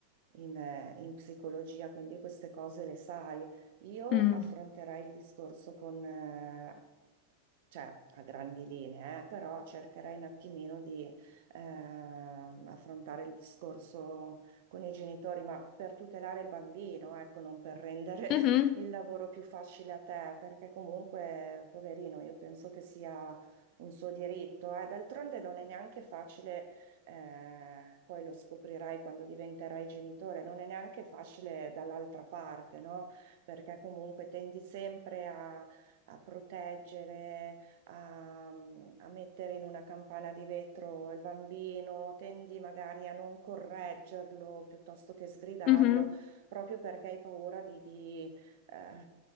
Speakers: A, on the right; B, on the left.
A: in, eh, in psicologia, quindi queste cose le sai. Io
B: mm,
A: affronterei il discorso con, eh, cioè a grandi linee, eh, però cercherai un attimino di ehm, affrontare il discorso con i genitori, ma per tutelare il bambino, ecco, non per rendere
B: mhm,
A: <laughs> il lavoro più facile a te, perché comunque, poverino, io penso che sia un suo diritto, eh. D'altronde non è neanche facile, eh, poi lo scoprirai quando diventerai genitore, non è neanche facile dall'altra parte, no? Perché comunque tendi sempre a a proteggere a, a mettere in una campana di vetro il bambino, tendi magari a non correggerlo piuttosto che sgridarlo,
B: mhm,
A: proprio perché hai paura di, di, eh,